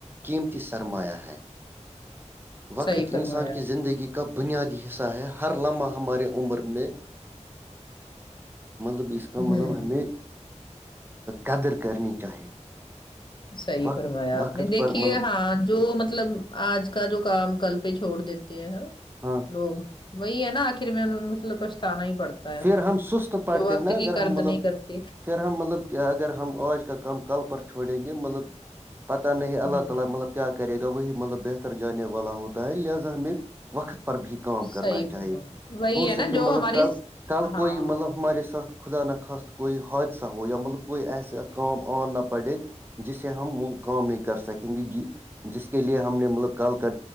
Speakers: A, on the right (about 15°); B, on the left (about 40°).
A: قیمتی سرمایہ ہے وقت
B: صحیح فرمایا
A: انسان کی
B: آپ
A: زندگی
B: نے
A: کی کب بنیادی حصہ ہے ہر لمحہ ہمارے عمر میں مطلب اس کا
B: ہوں
A: مطلب ہمیں قدر کرنی چاہیے
B: صحیح
A: وقت
B: فرمایا
A: وقت
B: آپ نے دیکھیے
A: پر مطلب
B: ہاں جو مطلب آج کا جو کام کل پہ چھوڑ دیتے ہیں
A: ہاں
B: لوگ وہی ہے نا آخر میں ان مطلب پچھتانا ہی پڑتا ہے
A: پھر ہم سست پڑھتے
B: جو وقت
A: ہیں نا اگر
B: کی قدر
A: ہم مطلب
B: نہیں کرتے
A: پھر ہم مطلب کہ اگر ہم آج کا کام کل پر چھوڑیں گے مطلب پتہ نہیں
B: ہوں
A: اللہ تعالی مطلب کیا کرے گا وہی مطلب بہتر جان والا ہوتا ہے لہذا ہمیں وقت پر بھی کام
B: صحیح
A: کرنا چاہیے
B: فرمایا وہی
A: ہو
B: ہے نا
A: سکے
B: جو
A: مطلب
B: ہماری
A: کل کل
B: ہاں
A: کوئی مطلب مطلب ہمارے ساتھ خدا نہ خاست کوئی حادثہ ہو یا مطلب کوئی ایسے کام آن نہ پڑے جس سے ہم وہ کام نہیں کر سکیں گے جی جس کے لیے ہم نے مطلب کل کا